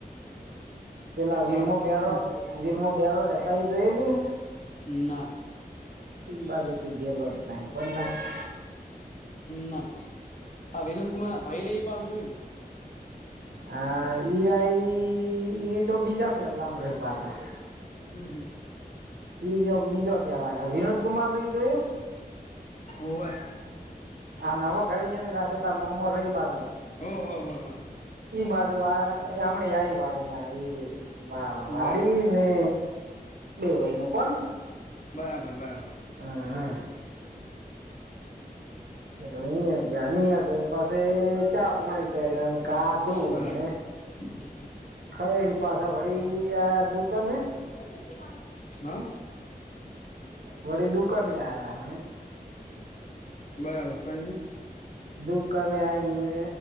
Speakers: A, on the right; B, on the left.
A: પેલા વીરમો
B: આથમ
A: બ્યાર વીરમો બ્યારો રહેતા જોયેલું હે?
B: ના.
A: <unintelligible>
B: ના આ વિનોદ કુમાર ના <unintelligible> પાસ જોયું.
A: <unintelligible> ઈ તો બીજા <unintelligible>
B: હમ્મ હમ્મ.
A: એજો બીજો કેવાય વિનોદ કુમાર રહી જોયો
B: હવે
A: આ નવ ઘરી જઈ ને કસે ત મોમો રહી બાજુ.
B: હોહ વાહ.
A: ઈ બાજુ આ હમને આ વા એ વાડી
B: બા
A: ને બે વય નું કોણ.
B: બરાબર બરાબર.
A: હા હા.
B: <inaudible>
A: એટલે અહિયાં જ અહિયાં જઈને પાસે ચા પોણી કર્યા ખાધું
B: બરાબર.
A: ને
B: ફ
A: ખાઈને પાછા વળી આયા દુકાને
B: ફ <unintelligible> હા.
A: વડી દુકાને આયા હમે.
B: બ બરાબર કરીશું.
A: દુકાને આવીઈને